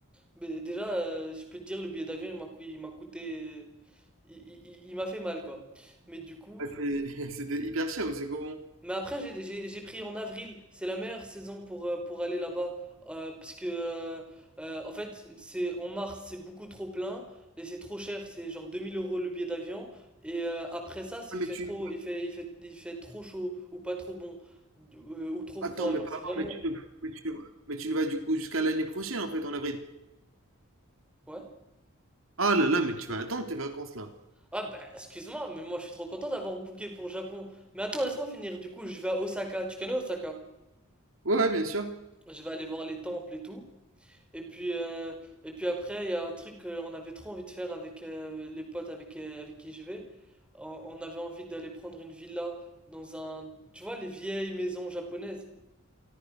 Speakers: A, in the centre; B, on the right (about 65°).
A: Mais déjà, euh, je peux te dire, le billet d'avion, il m'a cou- il m'a coûté... euh, Il, il- il- il m'a fait mal, quoi. Mais du coup,
B: Ah, c'est- <laughs> C'était hyper cher, ou c'est comment?
A: Mais après, j'ai j'ai j'ai pris en avril. C'est la meilleure saison pour, euh, pour aller là-bas. Euh, parce que, euh, euh, en fait, c'est en mars, c'est beaucoup trop plein. Et c'est trop cher. C'est genre 2000 euros le billet d'avion. Et euh, après ça, c'est,
B: Ah,
A: il
B: mais
A: fait
B: tu...
A: trop, il fait, il fait, il fait trop chaud. Ou pas trop bon. euh, ou trop
B: Attends,
A: froid.
B: mais
A: Genre,
B: pardon,
A: c'est vraiment.
B: mais tu ne... Mais tu, mais tu ne vas du coup jusqu'à l'année prochaine, en fait, en avril.
A: Ouais.
B: Ah là là, mais tu vas attendre tes vacances, là.
A: Ah, bah, excuse-moi, mais moi, je suis trop content d'avoir booké pour le Japon. Mais attends, laisse-moi finir. Du coup, je vais à Osaka. Tu connais Osaka?
B: Ouais, ouais, bien sûr.
A: Je vais aller voir les temples et tout. Et puis, euh, et puis après, il y a un truc qu'on avait trop envie de faire avec euh, les potes avec, euh, avec qui je vais. On, on avait envie d'aller prendre une villa dans un... Tu vois, les vieilles maisons japonaises.